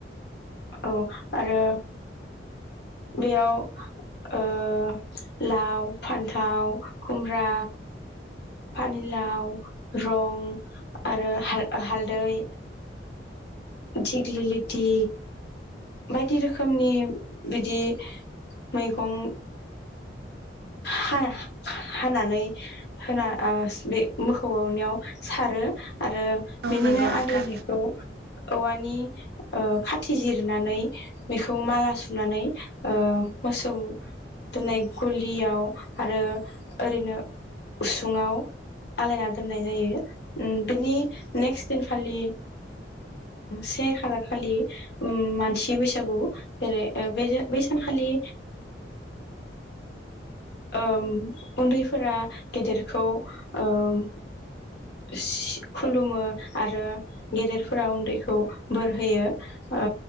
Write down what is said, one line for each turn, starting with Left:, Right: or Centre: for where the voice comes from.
Left: औ आरो बेयाव ओ लाव, फान्थाव, खुमब्रा, पानिलाव रं आरो हालदै दिग्लिलिथि बायदि रोखोमनि बिदि मैगं हा-हा-हानानै होना बे मोसौआवनियाव सारो। आरो
Right: औ
Left: बेनिनो
Right: नंगौ नोंथां
Left: आग्लायनायखौ औवानि ओ खाथि जिरनानै बेखौ माला सुनानै ओ मोसौ दोननाय गलियाव आरो ओरैनो उसुङाव आलायना दोननाय जायो उम बेनि नेक्स्ट दिनखालि से खालार खालि उ मानसि बैसागु जेरै बे बै सानखालि ओम उन्दैफोरा गेदेरखौ ओम सि खुलुमो आरो गेदेरफोरा उन्दैखौ बोर होयो। ओ